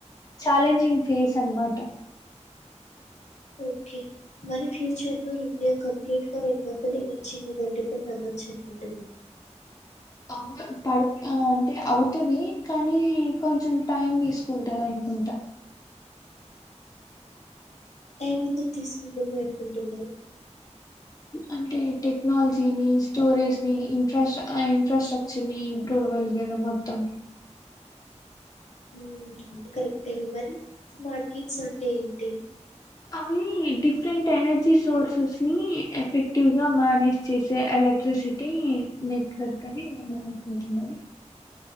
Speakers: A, on the left; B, on the left.
A: చాలెంజింగ్ ఫేస్ అనమాట
B: ఓకే మరి ఫ్యూచర్ లో ఇండియా కంప్లీట్ గా రెండు లోపల ఎనర్జీ మీద డిపెండ్ అవ్వచ్చు అంట
A: అవ పడు అంటే అవుతుంది కానీ కొంచెం టైం తీసుకుంటంది అనుకుంటా
B: టైం ఎందుకు తీసుకుంటుంది అనుకుంటున్నా
A: అంటే టెక్నాలజీని స్టోరేజ్ ని ఇంట్రెస్ట్ ఆ ఇన్ఫ్రాస్ట్రక్చర్ చిని ఇంట్లో అవ్వాలి కదా మొత్తం
B: అవు కరెక్ట్ అది మరి స్మార్ట్ గిడ్స్ అంటే ఏంటి
A: అవి డిఫరెంట్ ఎనర్జీ సోర్సెస్ ని ఎఫెక్టివ్ గా మేనేజ్ చేసే ఎలక్ట్రిసిటీ ఒకటి నెట్వర్క్ అని నేను అనుకుంటున్నా